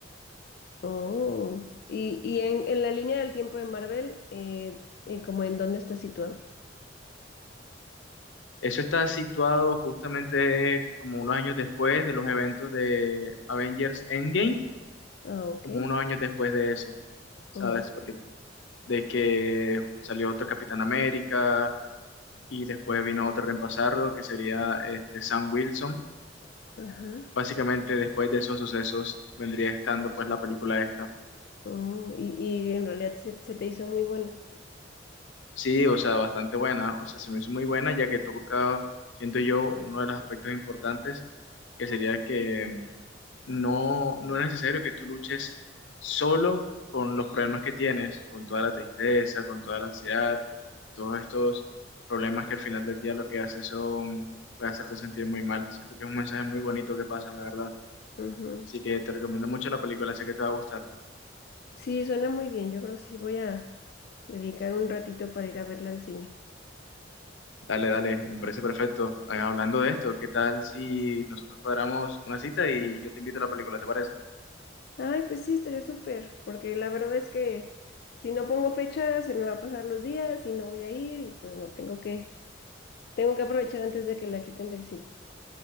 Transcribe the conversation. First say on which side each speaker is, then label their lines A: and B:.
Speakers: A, on the left; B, on the left.
A: Oh, y, y en, en la línea del tiempo de Marvel, eh, eh, como en dónde está situado.
B: Eso está situado justamente como unos años después de los eventos de Avengers Endgame,
A: Ah, ok.
B: como unos años después de eso, ¿sabes?
A: Oh,
B: Porque de que salió otro Capitán América, y después vino otro a reemplazarlo, que sería este, Sam Wilson.
A: ajá.
B: Básicamente después de esos sucesos vendría estando pues la película esta.
A: Oh, y, y en realidad se, se te hizo muy buena.
B: Sí, o sea, bastante buena, o sea, se me hizo muy buena ya que toca, siento yo, uno de los aspectos importantes, que sería que no, no es necesario que tú luches solo con los problemas que tienes, con toda la tristeza, con toda la ansiedad, todos estos problemas que al final del día lo que hace son, puede hacerte sentir muy mal. Siento que es un mensaje muy bonito que pasa, la verdad.
A: Ujú.
B: Así que te recomiendo mucho la película, sé que te va a gustar.
A: Sí, suena muy bien. Yo creo que sí voy a dedicar un ratito para ir a verla al cine.
B: Dale, dale, me parece perfecto. Eh, Hablando de esto, ¿qué tal si nosotros cuadramos una cita y yo te invito a la película, ¿te parece?
A: Ay, pues sí, estaría súper, porque la verdad es que si no pongo fecha, se me va a pasar los días y no voy a ir y pues no, tengo que, tengo que aprovechar antes de que la quiten del cine.